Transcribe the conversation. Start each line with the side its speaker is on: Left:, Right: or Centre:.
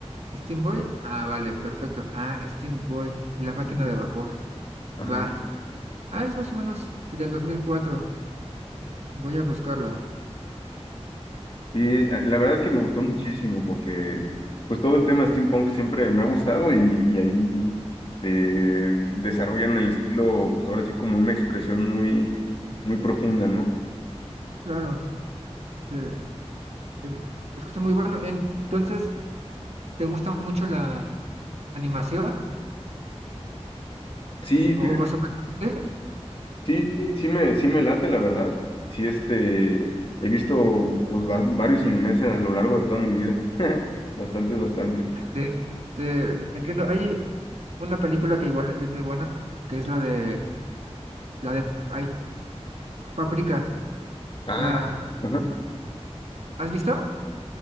Right: Steam Boy. Ah, vale, perfecto. Ah, Steam Boy y la máquina de vapor.
Left: Ajá.
Right: Va. Ah, es más o menos del 2004. Voy a buscarla.
Left: Sí, eh, la verdad es que me gustó muchísimo
Right: No me escucho.
Left: porque pues todo el tema steampunk siempre me ha gustado y, y ahí eh, desarrollan el estilo, pues, ahora sí como una expresión muy, muy profunda, ¿no?
Right: Claro, se es- escucha muy bueno. Entonces, ¿te gusta mucho la animación?
Left: Sí, fíjate,
Right: O más o menos, ¿sí?
Left: sí, sí, sí me, sí me late, la verdad. Sí, este, he visto pues va- varios animes a lo largo de toda mi vida. <laughs> Bastante, bastante.
Right: Te, te entiendo. Hay una película que igual es muy buena, que es la de la de ay, Paprika.
Left: Ah,
Right: ¿La
Left: ajá.
Right: has visto?